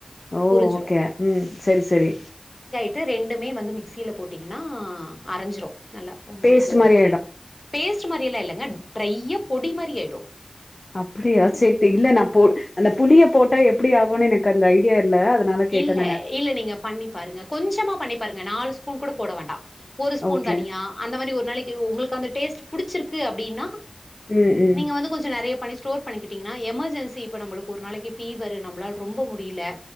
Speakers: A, on the left (about 45°); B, on the left (about 30°).
A: ஓ
B: உறிஞ்சிரு
A: ஓகே ம் சரி சரி
B: இது ரெண்டுமே வந்து மிக்சியில போட்டிங்கன்னா அரைஞ்சிரும் நல்லா உங்களுக்கு
A: பேஸ்ட் மாரி
B: பொடி
A: ஆயிடு
B: பேஸ்ட் மாரியெல்லா இல்லைங்க டிரையா பொடி மாரி ஆயிடும்
A: அப்படியா சேரி இல்ல நான் போ அந்த புளிய போட்டா எப்படி ஆகும்னு எனக்கு அந்த ஐடியா இல்ல அதனால கேட்டே
B: இல்ல
A: நானு
B: இல்ல நீங்க பண்ணி பாருங்க கொஞ்சமா பண்ணி பாருங்க நாலு ஸ்பூன் கூட போட வேண்டாம் ஒரு ஸ்பூன்
A: ஓகே
B: தனியா அந்த மாரி ஒரு நாளைக்கு உங்களுக்கு அந்த டேஸ்ட் புடிச்சிருக்கு அப்டின்னா
A: ம் ம்
B: நீங்க வந்து கொஞ்சோ நெறையப் பண்ணி ஸ்டோர் பண்ணிக்கிட்டீங்கன்னா எமர்ஜென்சி இப்ப நம்மளுக்கு ஒரு நாளைக்கு பீவர் நம்மளால ரொம்ப முடியல